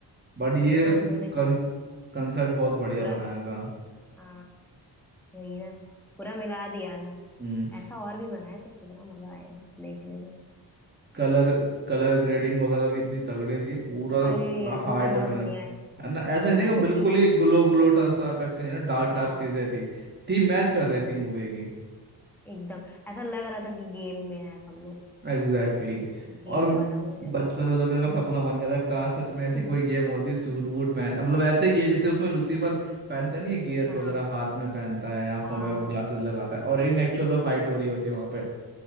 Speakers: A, on the right; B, in the centre.
A: बट ये
B: बढ़िया इन्होंने कौन
A: कंस कंसर्ट बहुत बढ़िया
B: पूरा
A: बनाया था
B: अ, वही ना पूरा मिला दिया था
A: हम्म
B: ऐसा और भी बनाया तो कितना मजा आएगा देखने में
A: कलर कलर ग्रेडिंग वगैरह भी इतनी तगड़ी थी पूरा
B: अरे
A: पूरा
B: वो
A: हाई
B: तो बहुत
A: डेफिनेट
B: बढ़िया है
A: है ना ऐसा नहीं
B: जैसे
A: था कि बिल्कुल
B: गे-
A: ही ग्लो ग्लो सा टाइप के नहीं ना डार्क
B: हाँ
A: डार्क चीजें थी थी मैच कर रही
B: हम्म,
A: थी मूवी की
B: एकदम ऐसा लग रहा था कि गेम में है सब लोग
A: Exactly exactly.
B: गेम
A: और म-
B: वाला वो चल
A: बचपन
B: रहा है
A: में तो मेरे का सपना
B: हम्म,
A: बन गया था कार सच में ऐसी
B: <laughs>
A: कोई गेम होती सूट बूट पहन मतलब ऐसे ये जैसे उसमें लूसीफर पहनता नहीं है गियर्स
B: हाँ
A: वगैरह हाथ में पहनता है आंखों
B: हाँ
A: में ग्लासेस लगाता है और इन एक्चुअल में फाइट हो रही होती है वहां पे